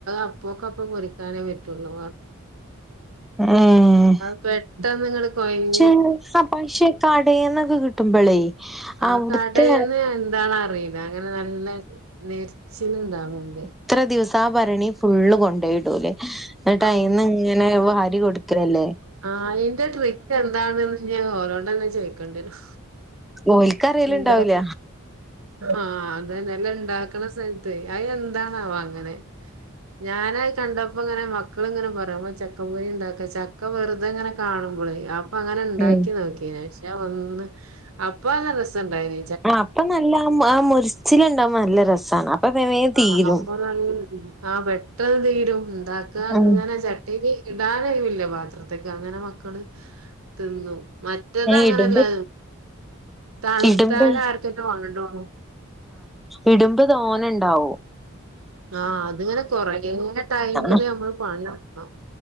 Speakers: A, on the right (about 75°); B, in the centre.
A: അപ്പോക്ക അപ്പ പൊരിക്കാനെ പറ്റുള്ളൂ.
B: ഏഹ്
A: അഹ് പെട്ടെന്ന്ങ്‌ട് കൊയഞ്
B: <unintelligible> പക്ഷെ കടെന്നൊക്കെ കിട്ടുമ്പളേ..
A: ആഹ്,
B: അവ്ടുത്തെ
A: കടെന്നു എന്തണ അറില അങ്ങനെ നല്ല നെരിച്ചിൽ ഇണ്ടാവേണ്ട്.
B: ഇത്ര ദിവസം ആ ഭരണി ഫുള്ള് കൊണ്ടോയിടൂലേ. ന്നിട്ട
A: ആഹ്
B: യ്ന്നു ങ്ങനെ വാരി കൊടു കലല്ലേ
A: ആഹ് അയിന്റെ ട്രിക്ക് എന്താന്ന് ഓരോടന്നെ ചോയ്‌ക്കേണ്ടി രും.
B: ഓൽക്കറിയലുണ്ടാവൂല.
A: ഉം, ആഹ ന്നെല്ല, ഉണ്ടാക്കണ സ്ഥൽത്ത് അയ് എന്താണവ അങ്ങനെ? ഞാനഹ് കണ്ടപ്പോ ങ്ങനെ മക്കള്ങ്ങനെ പറയും മ്മാ ചക്കപ്പൊരി ണ്ടാക്കാ ചക് ചക്ക വെറുതെ ങ്ങനെ കാണുമ്പോളെ അപ്പൊ അങ്ങനെ ണ്ടാക്കി
B: ഉം
A: നോക്കിന് ഞാൻ ഒന്ന് അപ്പൊ നല്ല രസുണ്ടായിന്
B: അപ്പൊ നല്ല ആഹ് ആഹ് മൊരിച്ചില് ണ്ടാവുമ്പോ, നല്ല രസാണ് വേം
A: ആഹ്
B: തീരും.
A: അപ്പൊ നല് ആഹ് പെട്ടെന്ന് തീരും ണ്ടാക്ക
B: ഉം
A: ങ്ങന ച ട്യില് ഇടാനയുവില്ല പാത്രതിക് അങ്ങനെ മക്കള് തിന്നും മറ്റത് അങ്ങനെല്ല
B: ഇടുമ്പോ
A: തണുത്താല
B: ഇടുമ്പ്
A: ർക്കെറ്റെ വണ്ടോണ്
B: ഇടുംബ തോനെ ണ്ടാവും.
A: ആഹ്, അതിങ്ങനെ കൊറേ ടൈമില്
B: ആഹ്
A: നമ്മള് പണി ട്ക്കണം.